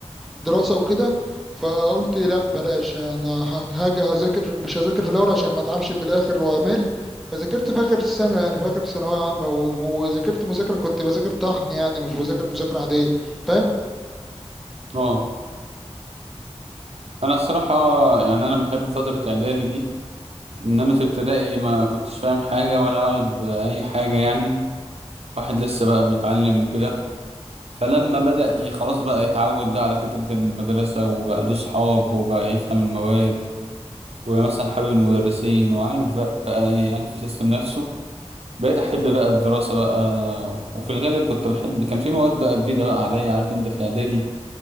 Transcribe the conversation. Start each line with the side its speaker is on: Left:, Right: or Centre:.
Centre: دراسة وكده فقلت لا بلاش انا ه- هاجي هذاكر مش هذاكر في الاول عشان ما اتعبش في الاخر وامل فذاكرت في اخر السنة يعني في اخر ثانوية عامة و- وذاكرت مذاكرة كنت بذاكر طحن يعني مش بذاكر مذاكرة عادية فاهم
Right: آه أنا الصراحة آه، يعني أنا بحب فترة إعدادي دي إن أنا في ابتدائي ما كنتش فاهم حاجة ولا واعي بأي حاجة يعني واحد لسه بقى بيتعلم وكده فلما بدأ ي- خلاص بقى يتعود بقى على فكرة المدرسة وبقى له صحاب وبقى يفهم المواد ومثلا حابب المدرسين وعارف بقى إيه، عارف يسيستم نفسه بقيت أحب بقى الدراسة بقى وفي الغالب كنت بحب كان في مواد بقى جديدة بقى عليا عارف أنت في إعدادي